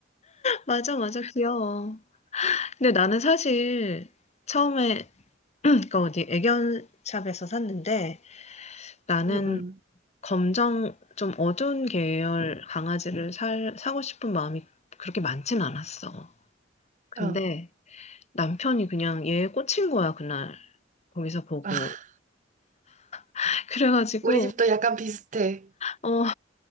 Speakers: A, on the left; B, on the right.
A: 맞아, 맞아, 귀여워. 근데 나는 사실 처음에, <clears throat> 그 어디 애견샵에서 샀는데 나는
B: 응응.
A: 검정, 좀 어두운 계열 강아지를 살, 사고 싶은 마음이 그렇게 많진 않았어. 근데
B: 어.
A: 남편이 그냥 얘에 꽂힌 거야, 그날. 거기서 보고.
B: 아,
A: <laughs> 그래가지고,
B: 우리 집도 약간 비슷해.
A: 어,